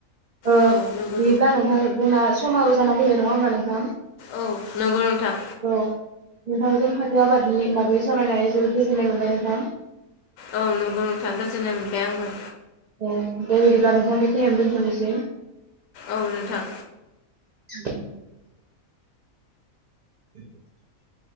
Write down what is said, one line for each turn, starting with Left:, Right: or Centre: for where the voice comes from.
Right: ओ बियोब्ला
Left: औ नंगौ
Right: नोंथां जोंना समाबो जाना फैबाय नङा होमबा नोंथां?
Left: औ नंगौ नोंथां।
Right: औ नोंथांजों फाथो आबादनि बागै सावरायनानै जोबोद गोजोननाय मोनबाय नोंथां।
Left: औ नंगौ नोंथां गोजोननाय मोनबाय आंबो।
Right: ए दे बिदिब्ला नोंथां बेखिनियावनो दोनथ नोसै।
Left: औ नोंथां।
Right: <inaudible> <inaudible>